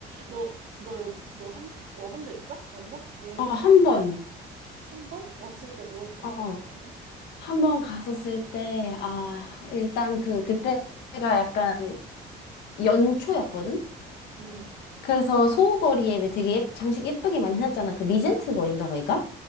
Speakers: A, on the right; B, on the left.
A: 너, 너, 여- 너 한, 와본 적 있어? 런던? 여행해
B: 어,
A: 본
B: 한
A: 적 있어?
B: 번.
A: 한 번? 왔을 때 뭐 했었어,
B: 어,
A: 그러면은?
B: 한 번 갔었을 때, 아,
A: 어.
B: 일단 그, 그때가 약간 연초였거든?
A: 응
B: 그래서 소호거리에 왜 되게 예- 장식 예쁘게 많이 해놨잖아. 그 리젠트 거리인가, 거기가?